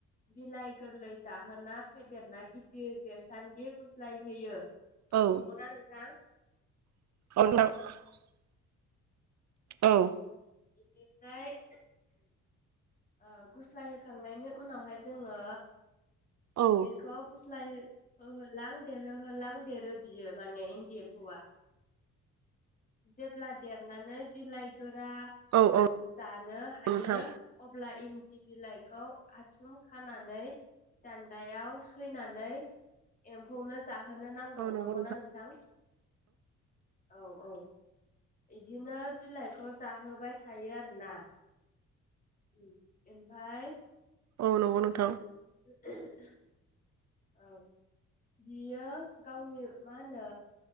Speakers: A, on the left (about 25°); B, on the right (about 60°).
A: बिलाइ गोरलै जाहोना फेेदेरना गिदिर देरसानदि गु स्लायहोयो नंगौना
B: औ
A: नोंथां?
B: <unintelligible> औ
A: औ-औ बेनिफ्राय ओ गुस्लाय होखांनायनि उनावहाय जोङो
B: औ
A: बेखौ गु स्लाय हो होलां देरहो होलां देरो बियो माने इन्दि एम्फौआ जेब्ला देरनानै बिलाइ फोरा
B: औ औ
A: जानो हायो
B: नोंथां
A: अब्ला इन्दि बिलाइखौ आथुम खानानै दान्दायाव सैनानै एम्फौनो जाहोनो नांगौ
B: औ नंगौ
A: नंगौना नोंथां औ-औ इदिनो बिलाइखौ जाहोबाय थायो आरोना ओम ओमफ्राय
B: औ नंगौ नोंथां
A: <inaudible> औ बियो गावनि मा होनो